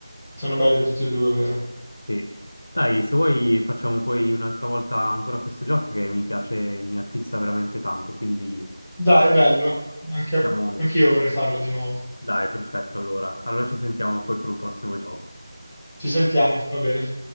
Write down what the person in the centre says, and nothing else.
Sono belli tutti e due, vero?
Dai, bello. Anche,
anche io vorrei farlo di nuovo.
Ci sentiamo, va bene.